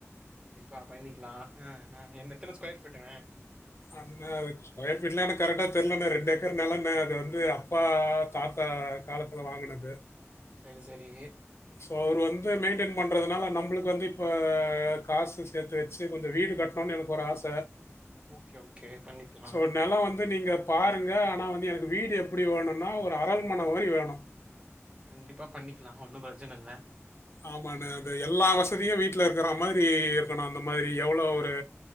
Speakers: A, on the right; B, on the left.
A: கண்டிப்பா பண்ணிக்கலா ஹ ஹெ என்ன எத்தன ஸ்கொயர் பிட்டுங்க
B: அண்ணே ஸ்கொயர் ஃபீட்ல கரெக்டா தெர்லண்ண ரெண்டு ஏக்கர் நிலண்ணே அது வந்து அப்பா தாதா பா காலத்துல வாங்குனது
A: சேரி சேரி
B: சோ அவரு வந்து மெயின்டெய்ன் பண்றதுனால நம்மளுக்கு வந்து இப்ப காசு சே வச்சு கொஞ்சோ வீடு கட்டணுன்னு எனக்கு ஒரு ஆச
A: ஓகே ஓகே பண்ணிக்கலா
B: சோ நெலோ வந்து நீங்க பாருங்க ஆனா வந்து எனக்கு வீடு எப்டி வேணுனா ஒரு அரண்மன மாரி வேணு
A: கண்டிப்பா பண்ணிக்கலா ஒன்னு பிரச்சன இல்ல
B: ஆமான அது எல்லா வசதியு வீட்ல இருக்கற மாரி இருக்கணு அந்த மாரி எவ்ளோ ஒரு